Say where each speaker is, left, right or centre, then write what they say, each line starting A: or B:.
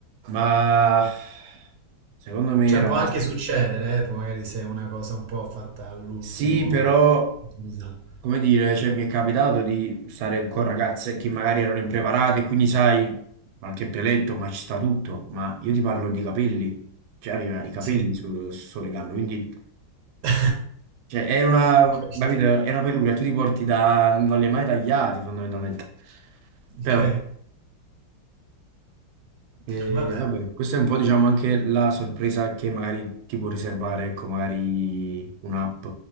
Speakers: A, on the right (about 85°); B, on the right (about 70°).
A: Ma secondo me
B: Cioè
A: era...
B: può anche succedere, eh, magari se è una cosa un po' fatta all'ultimo.
A: Sì, però,
B: improvvisato.
A: come dire, cioè, mi è capitato di stare con ragazze che magari erano impreparate, quindi sai, qualche peletto, ma ci sta tutto. Ma io ti parlo di capelli. Cioè, aveva i capelli
B: Sì.
A: su- sulle gambe, quindi...
B: Ho
A: Cioè, è una,
B: capito.
A: capito? È una peluria, tu ti porti da... non li hai mai tagliati fondamentalmente.
B: Ok,
A: Però, eh,
B: vabbè.
A: vabbè, questa è un po', diciamo, anche la sorpresa che magari ti può riservare, ecco, magari un'app